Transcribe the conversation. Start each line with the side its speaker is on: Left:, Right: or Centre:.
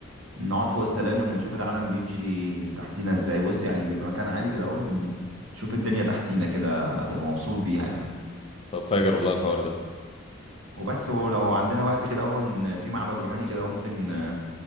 Right: نقعد فوق السلالم ونشوف العالم بيمشي تحتينا ازاي بص يعني بيبقى مكان عالي كده اهو بنشوف الدنيا تحتينا كده هتبقى مبسوط بيها يعني
Left: طب فاجر والله الحوار ده
Right: وبس ولو عندنا وقت كده اهو إن في معبد روماني كده اهو ممكن آه،